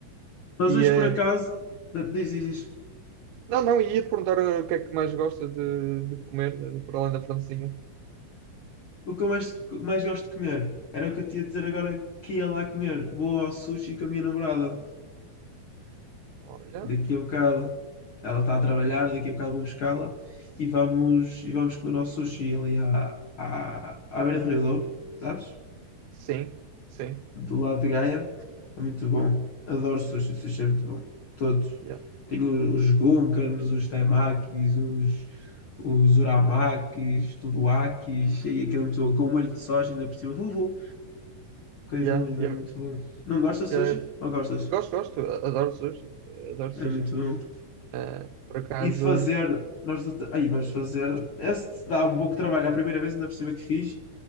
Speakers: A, on the left; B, on the right.
A: Mas
B: E,
A: hoje
B: eh,
A: por acaso, diz, diz, diz.
B: não, não, e ia-te perguntar eh, o que é que mais gostas de, de comer, de, de- por além da francesinha.
A: o que eu mais, mais gosto de comer. Era o que eu tinha de dizer agora que ia lá comer. Vou ao sushi com a minha namorada.
B: Olha,
A: Daqui a bocado ela está a trabalhar, daqui a bocado vou buscá-la e vamos, e vamos comer ao sushi ali à, à, à beira do Rio Douro, sabes?
B: sim, sim.
A: Do lado de Gaia. É muito bom. Adoro sushi, sushi é muito bom. Todos.
B: Yeah,
A: Tenho os gunkans, os temakis, os, os uramakis, tudoakis, e aquele é muito bom, com o molho de soja ainda por cima. Uhul. Coisa
B: yeah,
A: linda,
B: yeah,
A: é muito bom. Não gostas de
B: yeah.
A: sushi? Ou gostas?
B: Gosto, gosto. Adoro sushi. eh, Adoro sushi.
A: É muito bom.
B: Eh, por acaso,
A: E de fazer, nós não te- aí, mas fazer, esse dá um pouco de trabalho. A primeira vez ainda por cima que fiz,